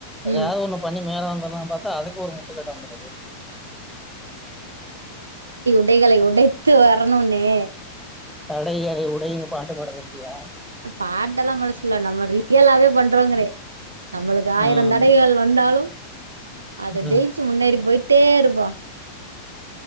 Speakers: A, in the centre; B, on the right.
A: எதாவது
B: ம்
A: ஒண்ணு பண்ணி மேல வந்துடலாம் பாத்தா அதுக்கு ஒரு முட்டுக்கட்டை வந்துடுது
B: தடைகளை உடைத்து வரணும்ன்னே
A: தடைகளை உடைங்க பாட்டு பாட சொல்றியா
B: ஏய் பாட்டெல்லாம் பாட சொல்லல நம்ம ரியலாவே பண்றங்களே நம்மளுக்கு ஆயிரம்
A: ம்
B: தடைகள் வந்தாலும் அத ஜெயிச்சு
A: ம்
B: முன்னேறி போயிட்டே இருக்கனு